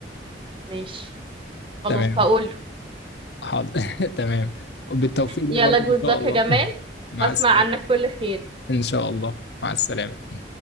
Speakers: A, on the right; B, on the left.
A: ماشي خلاص
B: تمام
A: هقوله
B: حاضر <laughs> تمام بالتوفيق ليه
A: يلا
B: برضو
A: جود
B: ان شاء
A: لك
B: الله
A: يا جمال
B: <laughs> مع
A: واسمع
B: السلامة
A: عنك كل خير
B: ان شاء الله مع السلامة